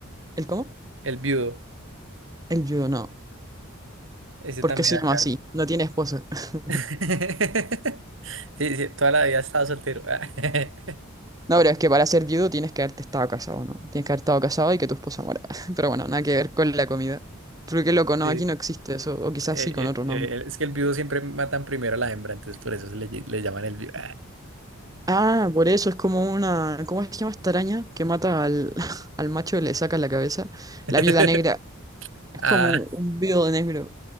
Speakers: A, on the right; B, on the right.
A: ¿El cómo?
B: El viudo,
A: El viudo, no.
B: ese
A: ¿Por
B: también
A: qué se
B: acá.
A: llama así? No tiene esposa. <laughs>
B: <laughs> Sí, sí, toda la vida he estado soltero. <laughs>
A: No, pero es que para ser viudo tienes que haberte estado casado, ¿no? Tienes que haber estado casado y que tu esposa muera. <laughs> Pero bueno, nada que ver con la comida. Porque loco, no,
B: Sí.
A: aquí no existe eso. O quizás
B: Eh,
A: sí con otro
B: eh, eh,
A: nombre.
B: es que el viudo siempre matan primero a la hembra, entonces por eso se le, lle- le llaman el viudo.
A: Ah, por eso es como una. ¿Cómo se llama esta araña que mata al, <laughs> al macho y le saca la cabeza?
B: <laughs>
A: La viuda negra. Es
B: Ah,
A: como
B: <laughs>
A: un viudo negro.